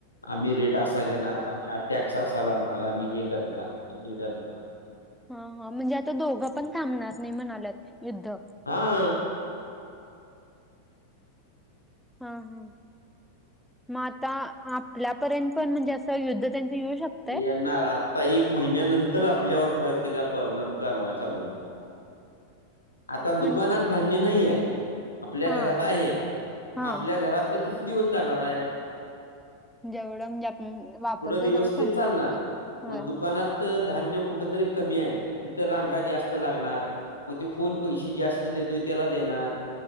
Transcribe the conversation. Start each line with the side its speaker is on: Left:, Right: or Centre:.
Left: आम्ही रेड. डासा घेणार आम्ही टॅक्स असा लावणार आम्ही हे करणार आम्ही ते करणार.
Centre: हा हा म्हणजे आता दोघं पण थांबणार नाही म्हणाल्यात युद्ध.
Left: हा.
Centre: हा हा मात आप आपल्यापर्यंत पणजे असं युद्ध त्यांच येऊ शकत
Left: येणार आत्ता एक महिन्यानंतर आपल्यावर फर त्याचा परिणाम जाणवाय चालू होणार. आता दुकानात
Centre: म्हणजे
Left: धान्य नाही आहे आपल्या
Centre: हा
Left: घरात आहे
Centre: हा
Left: मग आपल्या घरातलं किती दिवस जाणार आहे.
Centre: जेवढं म्हणजे आपण वापरतोय
Left: दिवस
Centre: तेवढं संपणार
Left: ते चालणार
Centre: की होय.
Left: मग दुकानात धान्य कुठेतरी कमी आहे तिथं रांगा जास्त लागणार. मग ते कोण पैसे जास्त देतोय त्याला देणार